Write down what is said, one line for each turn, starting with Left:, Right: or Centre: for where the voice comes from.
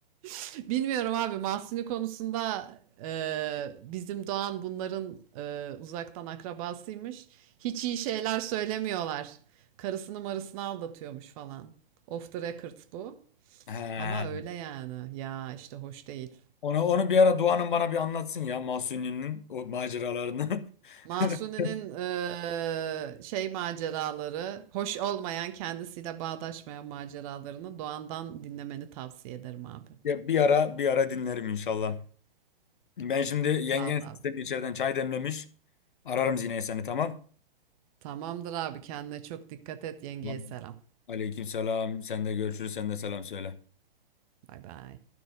Right: <laughs> Bilmiyorum abi Mahsuni konusunda e, bizim Doğan bunların e, uzaktan akrabasıymış. Hiç iyi şeyler söylemiyorlar. Karısını marısını aldatıyormuş falan. Off the record bu.
Left: He.
Right: Ama öyle yani. Ya işte hoş değil.
Left: Onu, onu bir ara Doğan'ın bana bir anlatsın ya Mahsuni'nin o maceralarını.
Right: Mahsuni'nin
Left: <laughs>
Right: eee, şey maceraları, hoş olmayan kendisiyle bağdaşmayan maceralarını Doğan'dan dinlemeni tavsiye ederim abi.
Left: Ya bir ara bir ara dinlerim inşallah. Ben şimdi yengen
Right: Sağ ol
Left: sistemi
Right: abi.
Left: içeriden çay demlemiş. Ararım Zine'yi seni tamam.
Right: Tamamdır abi kendine çok dikkat et yengeye
Left: Tamam.
Right: selam.
Left: Aleyküm selam. Sen de görüşürüz. Sen de selam söyle.
Right: Bay bay.